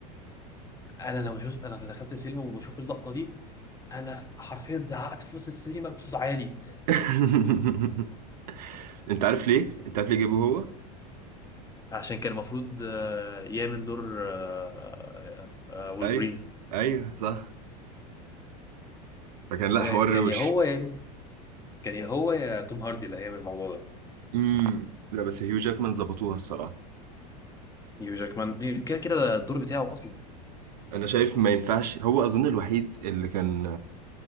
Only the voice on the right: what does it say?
<laughs> انت عارف ليه انت عارف ليه جابوه هو
ايوه ايوه صح فكان لا
حوار
روش
امم لا بس هيو جاكمان ظبطوها الصراحه
انا شايف ما ينفعش هو اظن الوحيد اللي كان